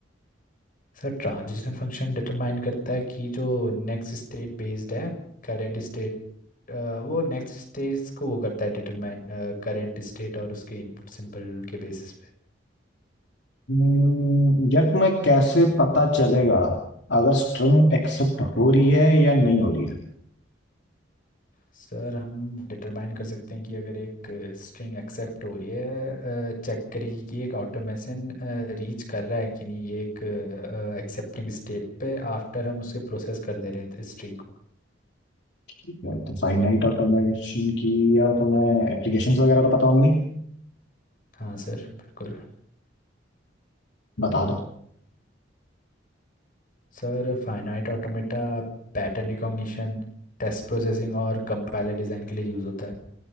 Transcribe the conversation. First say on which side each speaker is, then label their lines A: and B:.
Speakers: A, on the left; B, on the left.
A: सर ट्रांजिशन फंक्शन डिटरमाइन करता है कि जो नेक्स्ट स्टेट बेस्ड है करेंट स्टेट अ, वो नेक्स्ट स्टेज को वो करता है डिटरमाइन करंट स्टेट और उसके इनपुट सिंबल के बेसिस पे
B: हम्म, यार मैं कैसे पता चलेगा अगर स्ट्रिंग एक्सेप्ट हो रही है या नहीं हो रही है
A: सर हम डिटरमाइन कर सकते हैं कि अगर एक स्ट्रिंग एक्सेप्ट हो रही है चेक करेगी कि एक ऑटोमेशन रीच कर रहा है कि नहीं ये एक एक्सेप्टिंग स्टेट पे आफ्टर हम उसे प्रोसेस कर दे रहे हैं स्ट्रिंग को
B: ठीक है, तो फाइनाइट ऑटोमेशन की यार तुम्हें एप्लीकेशंस वगैरह तो पता होंगी
A: हाँ सर बिल्कुल
B: बता दो
A: Sir finite automata pattern recognition test processing और कंपाइलर डिज़ाइन के लिए यूज़ होता है